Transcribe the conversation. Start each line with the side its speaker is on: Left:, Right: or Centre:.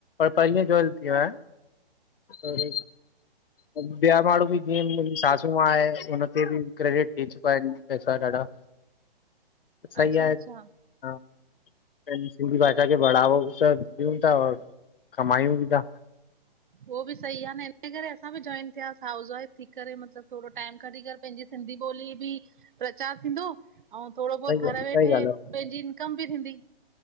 Left: पहिले जोइल थीयो आहे। अरे! ॿिया माण्हू बि जीअं मुंहिंजी सासूं मॉं आहें, हुन खे बि क्रेडिट ॾेई चुका आहिन। तहां ॾाढा सही
Right: अच्छा
Left: आहिन।
Right: अच्छा
Left: हा पहिंजी सिंधी भाषा खे बढ़ावोॿ त ॾियूं ता कमायूं बी तां।
Right: उहो बि सही आ न हिन करे असां बि जॉइन थिया, हाउस वाइफ थी करे मतलबु थोरो टाइम कढी करे पंहिंजी सिंधी ॿोलीअ बि प्रचार थींदो अऊं थोरो बहुत
Left: सही
Right: घरु
Left: सही
Right: वेठे
Left: ॻाल्हि आहे
Right: पंहिंजी इनकम बि थींदी।